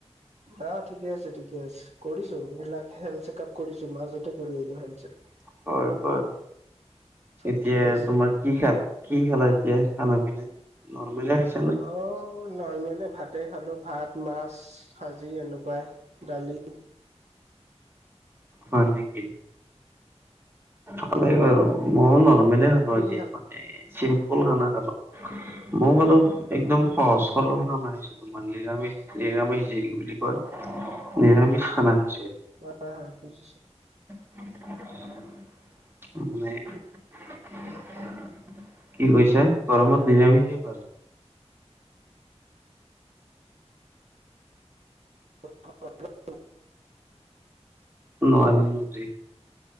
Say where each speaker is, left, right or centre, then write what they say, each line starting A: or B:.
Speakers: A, on the right (about 75°); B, on the right (about 20°).
A: আহ ঠিকে আছে, ঠিকে আছে কৰিছো, এইবিলাক হেল্থ চেকআপ কৰিছো মাজতে কৰি আহিলো হেল্থ চেক-
B: হয়, হয়।
A: চব
B: এতিয়া
A: ঠিকে আছে
B: তোমাৰ
A: বাৰু
B: কি খাল- কি খালা এতিয়া? খানা পিনে নৰ্মেলে খাইছো।
A: অঁ। নৰ্মেলে, ভাতে খালোঁ ভাত, মাছ ভাজি এনেকুৱাই দালি।
B: হয় নেকি? ভালেই বাৰু। মই নৰ্মেলে খালো
A: তুমি
B: আজি
A: কি
B: মানে চিম- ম্পল খানা খালো। ময়ো বাৰু একদম সহজ সৰল খানা হৈছে। তোমাৰ নিৰামিষ নিৰামিষ যি বুলি কয়, নিৰামিষ খানা খাইছোঁ।
A: হয়, হয় বুজিছোঁ।
B: মানে- কি কৈছা? গৰমত নিৰামিষে ভাল।
A: <unintelligible>
B: নোৱাৰিম যি-